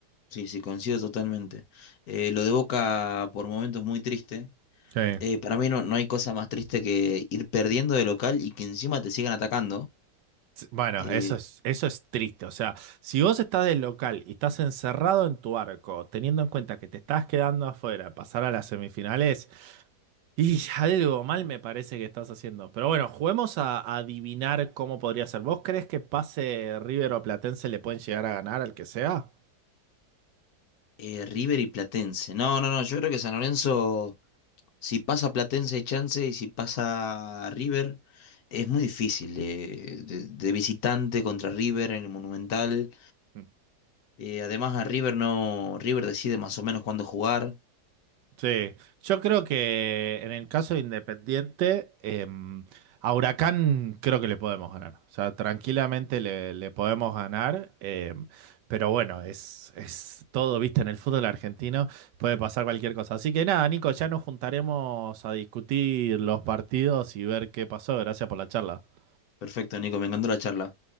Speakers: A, on the left; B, on the right.
A: Sí, sí, coincido totalmente. Eh, lo de Boca por momentos muy triste.
B: Sí.
A: Eh, para mí no, no hay cosa más triste que ir perdiendo de local y que encima te sigan atacando.
B: Sí, Bueno,
A: Eh,
B: eso es, eso es triste. O sea, si vos estás del local y estás encerrado en tu arco, teniendo en cuenta que te estás quedando afuera, pasar a las semifinales, Y algo mal me parece que estás haciendo. Pero bueno, juguemos a, a adivinar cómo podría ser. ¿Vos crees que pase River o Platense le pueden llegar a ganar al que sea?
A: eh, River y Platense. No, no, no, yo creo que San Lorenzo, si pasa Platense hay chance y si pasa River, es muy difícil. eh, de, de visitante contra River en el Monumental.
B: Mm.
A: Eh, además a River no, River decide más o menos cuándo jugar.
B: Sí, yo creo que en el caso de Independiente, eh, a Huracán creo que le podemos ganar. O sea, tranquilamente le, le podemos ganar. eh, pero bueno, es, es todo, viste, en el fútbol argentino puede pasar cualquier cosa. Así que nada, Nico, ya nos juntaremos a discutir los partidos y ver qué pasó. Gracias por la charla.
A: Perfecto, Nico, me encantó la charla.